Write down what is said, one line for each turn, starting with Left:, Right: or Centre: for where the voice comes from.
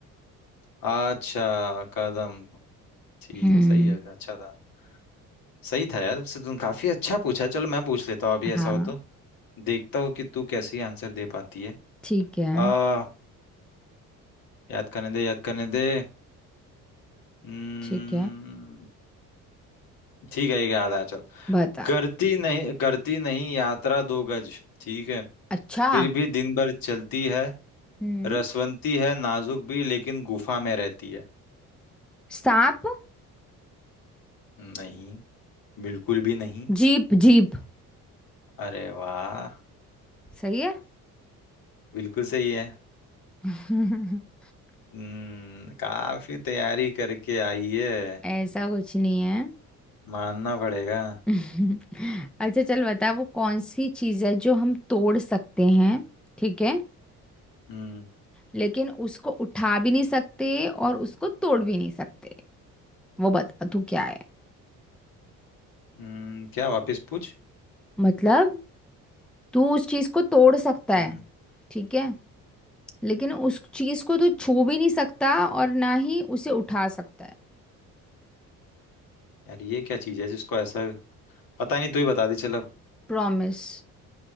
Left: अच्छा कदम ठीक
Centre: हम्म
Left: है सही है अच्छा था सही था यार वैसे तुम काफी अच्छा पूछा चलो मैं पूछ लेता हूँ अभी ऐसा
Centre: हाँ
Left: हो तो देखता हूँ कि तू कैसे आंसर दे पाती है
Centre: ठीक है
Left: आ याद करने दे याद करने दे हम्म
Centre: ठीक है
Left: ठीक है ये याद आया चल
Centre: बता
Left: करती नहीं करती नहीं यात्रा दो गज ठीक है
Centre: अच्छा
Left: फिर भी दिन भर चलती है
Centre: हम्म
Left: रसवंती है नाजुक भी लेकिन गुफा में रहती है
Centre: सांप
Left: नहीं बिल्कुल भी नहीं
Centre: Jeep jeep
Left: अरे वाह
Centre: सही है
Left: बिल्कुल सही है
Centre: <laughs>
Left: हम्म काफी तैयारी करके आई है
Centre: ऐसा कुछ नहीं है
Left: मानना पड़ेगा
Centre: <laughs> अच्छा चल बता वो कौन सी चीज है जो हम तोड़ सकते हैं ठीक है
Left: हम्म
Centre: लेकिन उसको उठा भी नहीं सकते और उसको तोड़ भी नहीं सकते वो बता तू क्या है
Left: हम्म, क्या वापस पूछ
Centre: मतलब तू उस चीज को तोड़ सकता
Left: हम्म
Centre: है ठीक है लेकिन उस चीज को तू छू भी नहीं सकता और ना ही उसे उठा सकता है
Left: यार ये क्या चीज है जिसको ऐसा पता नहीं तू ही बता दे चलो
Centre: प्रॉमिस